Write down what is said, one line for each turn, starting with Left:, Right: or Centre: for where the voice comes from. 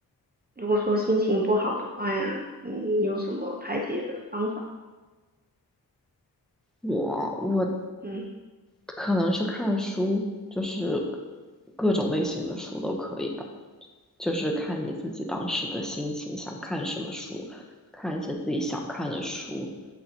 Right: 如果说心情不好的话呀，嗯，有什么排解的方法？
Centre: 我我
Right: 嗯
Centre: 可能是看书，就是各种类型的书都可以吧，就是看你自己当时的心情，想看什么书，看一些自己想看的书，